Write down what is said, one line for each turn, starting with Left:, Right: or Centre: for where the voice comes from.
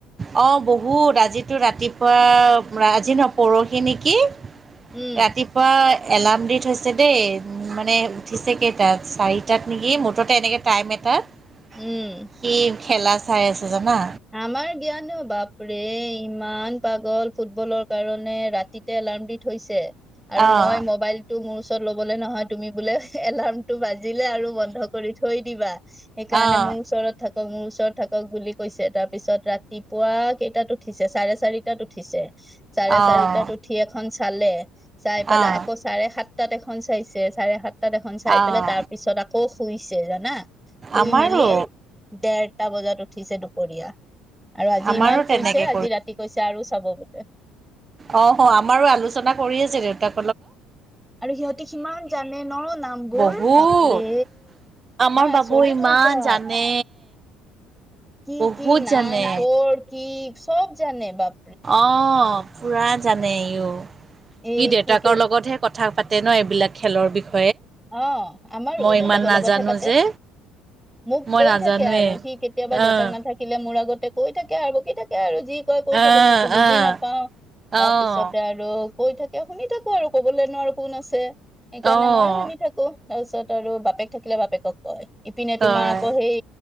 Right: অ' বহুত। আজিতো ৰাতিপুৱা, আজি ন পৰহি নেকি?
Centre: উম,
Right: ৰাতিপুৱা এলাৰ্ম দি থৈছে দেই। মানে, উঠিছে কেইটাত! চাৰিটাত নেকি! মুঠতে এনেকে টাইম এটাত
Centre: উম।
Right: সি খেলা চাই আছে। জানা
Centre: আমাৰ জ্ঞানো বাপৰে। ইমান পাগল ফুটবলৰ কাৰণে, ৰাতিতে এলাৰ্ম দি থৈছে। আৰু
Right: অঁ
Centre: মই মোবাইলটো মোৰ ওচৰত ল'বলে নহয়, তুমি বোলে এলাৰ্ম বাজিলে আৰু বন্ধ কৰি থৈ দিবা। সেইকাৰণে
Right: অঁ
Centre: মোৰ ওচৰত থাকক, মোৰ ওচৰত থাকক বুলি কৈছে। তাৰ পিছত ৰাতিপুৱা কেইটাত উঠিছে? চাৰে চাৰিটাত উঠিছে। চাৰে
Right: অঁ
Centre: চাৰিটাত উঠি এখন চালে। চাই পেলাই
Right: অঁ
Centre: আকৌ, চাৰে-সাতটাত এখন চাইছে। চাৰে-সাতটাত এখন চাই
Right: অঁ
Centre: পেলাই তাৰ পিছত আকৌ শুই ছে জানা! শুই
Right: আমাৰো
Centre: মেলি দেৰটা বজাত উঠিছে দুপৰীয়া। আৰু আজি
Right: আমাৰো
Centre: ইমান শুইছে,
Right: তেনেকৈ
Centre: আজি ৰাতি কৈছে আৰু চাব বোলে।
Right: অ' আমাৰো আলোচনা কৰি আছে দেউতাক
Centre: আৰু সিহঁতে সিমান জানে ন? নামবোৰ
Right: বহুত
Centre: বাপৰে!
Right: আমাৰ
Centre: মই
Right: বাবু
Centre: আচৰিত
Right: ইমান
Centre: হৈ যাওঁ
Right: জানে!
Centre: কি
Right: বহুত
Centre: কি নাম,
Right: জানে
Centre: ক'ৰ কি, সব জানে। বাপ
Right: অ' পুৰা জানে ইও। ই
Centre: এই
Right: দেউতাকৰ
Centre: ক্ৰিকেট
Right: লগতহে কথা কথা পাতে ন! এইবিলাক খেলৰ বিষয়ে।
Centre: অ' আমাৰো,
Right: মই
Centre: দেউতাকৰ
Right: ইমান নাজানো
Centre: লগতহে পাতে।
Right: যে
Centre: মোক
Right: মই
Centre: কৈ
Right: নাজানোৱে
Centre: থাকে আৰু। সি কেতিয়াবা দেউতাক
Right: আহ
Centre: নাথাকিলে মোৰ আগত তাতে কৈ থাকে আৰু বকি থাকে আৰু! যি কয় কৈ
Right: আহ
Centre: থাকে। মইটো বুজি নাপাও। তাৰ
Right: আহ
Centre: পিছতে আৰু কৈ থাকে, শুনি থাকো আৰু। ক'বলৈনো আৰু কোন আছে? সেইকাৰণে
Right: আহ আহ
Centre: মই শুনি থাকো তাৰপিছত আৰু বাপেক থাকিলে, বাপেকক কয়। ইপিনে
Right: তই
Centre: তোমাৰ আকৌ সেই